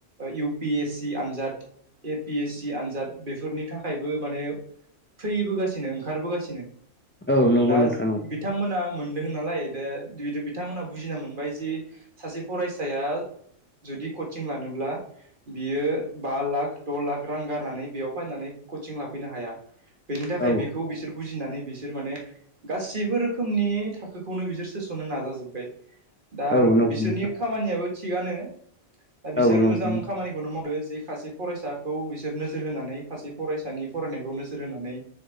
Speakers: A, on the right; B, on the left.
A: इउ पि एस सि आनजाद ए पि एस सि आनजाद बेफोरनि थाखायबो माने फैबोगासिनो ओंखारबोगासिनो
B: औ नंगौ
A: दा
B: नोंथां नंगौ
A: बिथांमोना मोनदों होन दे बिथांमोनहा बुजिना मोनबाय जि सासे फरायसाया जुदि कचिं लानोब्ला बियो बा लाख द' लाख रां गारनानै बेयाव फायनानै कचिं लाफैनो हाया। बेनि थाखाय
B: औ
A: बेखौ बिसोर बुजिनानै बिसोर माने गासैबो रोखोमनि थाखोखौनो बिसोर सोस'नो नाजाजोब्बाय‌ दा
B: औ नंगौ
A: बिसोरनि खामानियाबो थिगानो। दा बिसोर
B: औ नंगौ नोंथां औ नंगौ
A: मोजां खामानिखौनो मावदो जे खासे फरायसाखौ बिसोर नोजोर होनानै खासे फरायसानि फरायनायखौ नोजोर होनानै